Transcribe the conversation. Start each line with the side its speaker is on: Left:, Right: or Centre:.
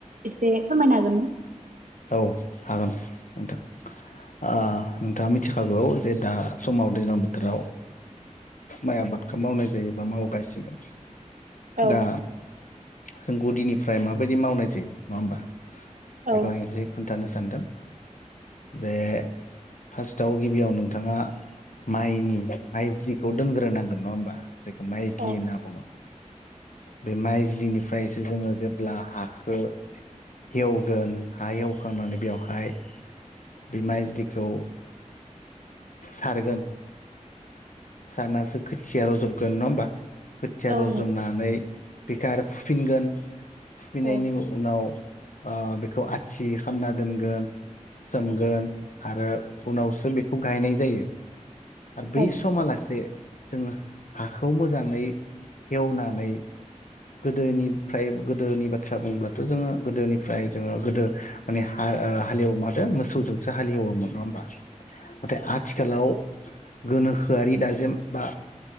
Right: एसे फोरमायनो हागोन ना?
Left: औ हागोन नोंथां ओ नोंथाङा मिथिखागौ जे दा समाव दैज्लां बोथोराव माइ आबादखौ मावनाय जायोबा मावगासिनो
Right: औ
Left: दा जों गुदिनिफ्राय माबायदि मावनाय जायो नङा होमबा
Right: औ
Left: बेखौ हाय एसे खोन्थानो सानदों जे फार्स्टआव गिबियाव नोंथांङा माइनि माइ जिखौ दोनग्रोनां नङा होमबा। जेखौ माइज्लि
Right: औ
Left: होन्ना बुंङो। बे माइज्लिनिफ्रायसो जोंङो जेब्ला हाखौ एवगोन हा एवखांनानै बेवहाय बे माइज्लिखौ सारगोन सारनासो खोथिया रजबगोन नङा होमबा। थिया
Right: औ
Left: रजबनानै।
Right: नोंथां
Left: बेखौ आरो फुफिनगोन। फुफिन
Right: औ
Left: नायनि उनाव ओ बेखौ आथि खामना दोनगोन सोमगोन आरो उनावसो खौ गायनाय जायो। बै
Right: औ
Left: समालासे जोंङो हाखौ मोजाङै एवनानै। गोदोनिफ्राय गोदोनि बाथ्रा बुंब्लाथ' जोंङो गोदोनिफ्राय जोंङो गोदो माने हालेवो माथो मोसौजोंसो हालेवोमोन नङा होमबा। नाथाय आथिखालाव गोनोखोआरि दाजेम बा